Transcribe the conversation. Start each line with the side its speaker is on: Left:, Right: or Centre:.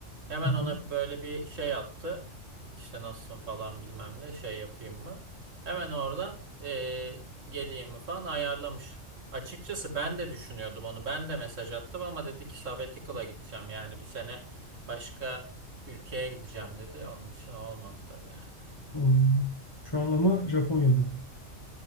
Right: Hemen
Left: Hı
Right: ona
Left: hı.
Right: böyle bir şey attı. İşte nasılsın falan bilmem ne şey yapayım mı? Hemen oradan eee, geleyim mi falan ayarlamış. Açıkçası ben de düşünüyordum onu. Ben de mesaj attım ama dedi ki sabbatical'a gideceğim. Yani bir sene başka ülkeye gideceğim dedi. Onun için olmadı tabii yani.
Left: Hmm. Şu an ama Japonya'da.